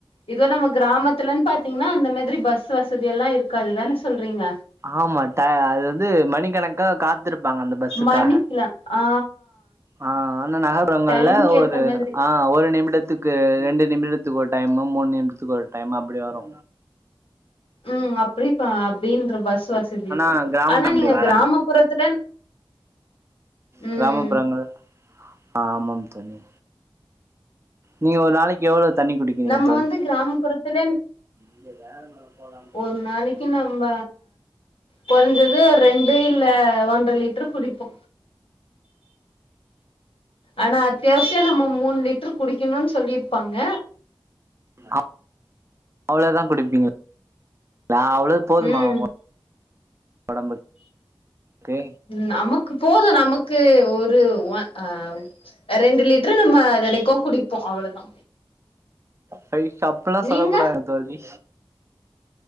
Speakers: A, on the left (about 80°); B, on the right (about 30°).
A: இதே நம்ம கிராமத்துலன் பாத்தீங்கன்னா இந்த மாதிரி பஸ் வசதி எல்லா இருக்காதுதானே சொல்றீங்க
B: ஆமா டா அது வந்து மணிகணக்கா காத்துருப்பாங்க அந்த பஸ்ஸுக்காக
A: மணிக்கலா ஆ
B: ஆ ஆனா நகர்புறங்கள்ல
A: டைம்க்கு
B: ஒரு
A: ஏத்த மாதிரி
B: ஆ ஒரு நிமிடத்துக் கு ரெண்டு நிமிடத்துக்கு ஒரு டைமு மூணு நிமிடத்துக்கு ஒரு டைம் அப்டி வரு
A: ம் அப்டிப்ப அப்டின்ற பஸ் வச் சதி
B: ஆனா
A: இருக்கு
B: கிராமம்
A: ஆனா
B: அப்டி
A: நீங்க
B: வராது
A: கிராமப்புறத்துல ம்
B: கிராமப்புறங்கள் ஆ ஆமாம் தோழி நீங்க ஒரு நாளைக்கு எவ்ளோ தண்ணி குடிக்கிறீங்க
A: நம்ம வந்து கிராமப்புறத்துல
B: இல்ல வேல மல போலான்
A: ஒரு நாளைக்கு நம்ம கொறஞ்சது ரெண்டு இல்ல ஒன்ற லிட்ரு குடிப்போ ஆனா அத்தியாவசிய நம்ம மூண் லிட்டர் குடிக்கணுனு சொல்லியிருப்பாங்க
B: அ அவ்ளோதா குடுப்பீங்களா நா அவ்ளோவு போதுமா
A: ம்
B: உங்க ஒடம்பு தே
A: நமக்கு போது நமக்கு ஒரு வ ஆ ரெண்டு லிட்ரு நம்ம தெனிக்கு குடிப்போ அவ்வளதா
B: சை சப்பிளா
A: நீங்க
B: சொல்ல கூடாது தோழி